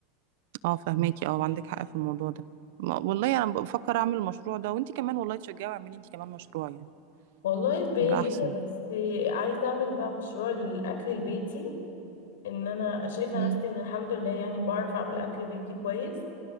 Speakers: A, on the right; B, on the left.
A: اه فهماكي اه عندك حق في الموضوع ده ما- والله أنا بفكر أعمل المشروع ده وأنتي كمان والله تشجعي واعملي أنتي كمان مشروع يعني
B: والله في بالي
A: يبقى أحسن
B: بس عايزة اعمل بقى مشروع الاكل البيتي ان انا شايفه
A: مم.
B: نفسي ان الحمد لله يعني بعرف اعمل اكل بيتي كويس